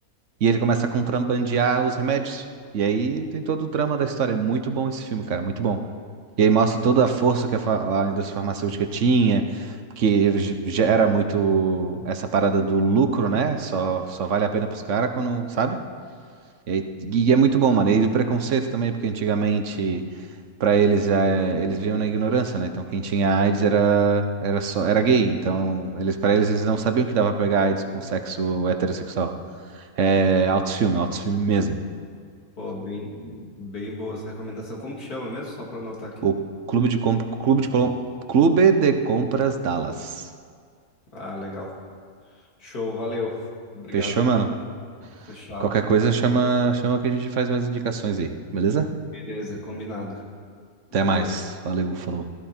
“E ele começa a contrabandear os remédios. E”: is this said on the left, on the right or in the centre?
Right